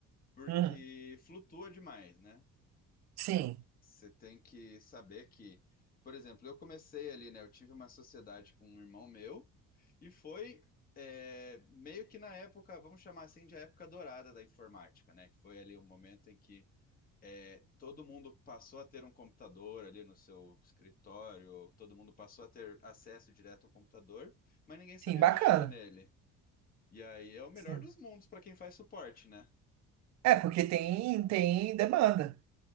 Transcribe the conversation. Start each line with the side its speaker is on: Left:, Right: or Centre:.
Left: porque
Right: Uhum.
Left: flutua demais, né?
Right: Sim,
Left: Você tem que saber que, por exemplo, eu comecei ali, né? Eu tive uma sociedade com um irmão meu, e foi é, meio que na época, vamos chamar assim, de época dourada da informática, né? Que foi ali um momento em que é, todo mundo passou a ter um computador ali no seu escritório, todo mundo passou a ter acesso direto ao computador, mas ninguém sabia
Right: sim, bacana.
Left: mexer nele. E aí é o melhor
Right: Sim.
Left: dos mundos para quem faz suporte, né?
Right: É, porque tem, tem demanda,